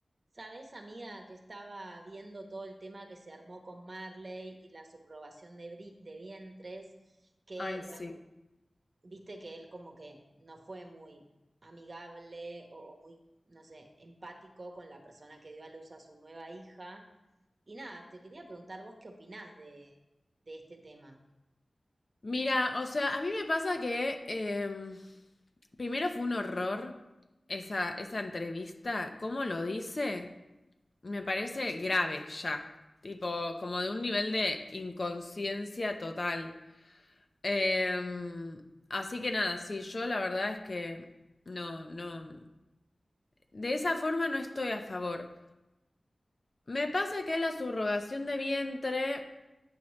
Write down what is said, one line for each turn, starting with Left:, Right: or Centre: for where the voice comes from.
Right: Sabes, amiga, que estaba viendo todo el tema que se armó con Marley y la subrogación de, bri- de vientres, que,
Left: Ay,
Right: bueno,
Left: sí.
Right: viste que él como que no fue muy amigable o, o muy, no sé, empático con la persona que dio a luz a su nueva hija. Y nada, te quería preguntar vos qué opinás de, de este tema.
Left: Mira, o sea, a mí me pasa que em, primero fue un horror esa, esa entrevista. ¿Cómo lo dice? Me parece grave ya. Tipo, como de un nivel de inconsciencia total. Em, así que nada, sí, yo la verdad es que no, no. De esa forma no estoy a favor. Me pasa que la subrogación de vientre.